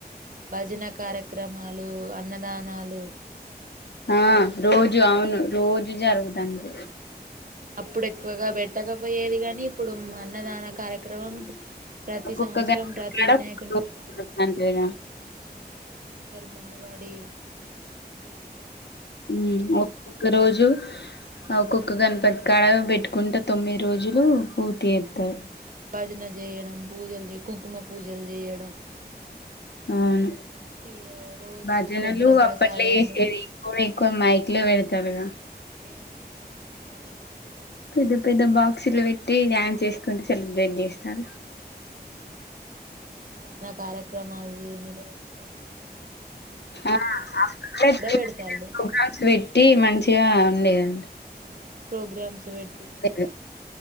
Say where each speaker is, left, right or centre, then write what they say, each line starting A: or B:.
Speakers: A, on the right; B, on the left.
A: భజన కార్యక్రమాలు అన్నదానాలు
B: ఆ రోజు అవును రోజు జరుగుదండి
A: అప్పుడు ఎక్కువగా పెట్టకపోయేది కాని ఇప్పుడు అన్నదాన కార్యక్రమం ప్రతి
B: ఒకొక్క
A: సంవత్సరం
B: <inaudible>
A: ప్రతి
B: ఒకొక్క
A: వినాయకుని కాడ పెడతారు
B: <inaudible>
A: ఉమ్ అందరు ముందు వాడి మనిషిని తీసు
B: ఉమ్ ఒక్కొక్క రోజు ఒక్కొక్క ఒక గణపతి కాడ పెట్టుకుంటే తొమ్మిది రోజులు పూర్తి చేత్తరు
A: ఉమ్ భజన చేయడం పూజలు చే కుంకుమ పూజలు చేయడం
B: అవును
A: తీ రోజు
B: భజనలు
A: పొద్దున ప్రసాదాలు
B: అప్పట్లో వేసేది ఇప్పుడు ఎక్కువ మైక్ లో పెడతారుగా
A: <unintelligible> పాటలు పెట్టి డ్యాన్సులు
B: పెద్ద పెద్ద బాక్సులు పెట్టి డాన్స్ వేసుకుంటా సెలబ్రేట్ చేస్తారు
A: ఉమ్ అన్నదాన కార్య క్రమాలు నిర్వహించడాలు
B: ఆ అప్పుస్
A: పెడతాళ్ళు
B: పెట్టి మంచిగా లేదంటే
A: ఉమ్ ప్రోగ్రామ్స్ పెట్టుడు
B: లేదు.